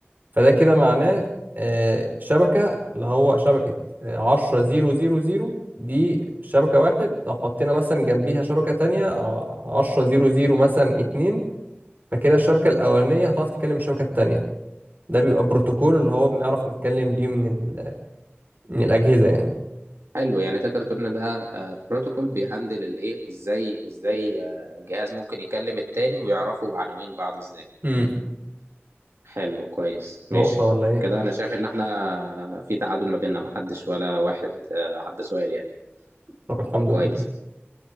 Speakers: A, on the right; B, on the right.
A: فده كده معناه آه، شبكة اللي هو شبكة آه، عشرة زيرو زيرو زيرو دي شبكة واحد لو حطينا مثلا جنبيها شبكة تانية آه، عشرة زيرو زيرو مثلا اتنين فكده الشبكة الأولانية هتعرف تتكلم الشبكة التانية ده بيبقى بروتوكول اللي هو بنعرف نتكلم بيه من ال... من الأجهزة يعني
B: حلو يعني تقدر تقول ان ده بروتوكول بيهندل الايه ازاي ازاي آه، جهاز ممكن يكلم التاني ويعرفوا عناوين بعض ازاي
A: امم
B: حلو كويس ماشي
A: نقطة ولا إيه؟
B: كده انا شايف ان احنا في تعادل ما بيننا محدش ولا واحد آه، عدى سؤال يعني
A: طب الحمد
B: فكويس
A: لله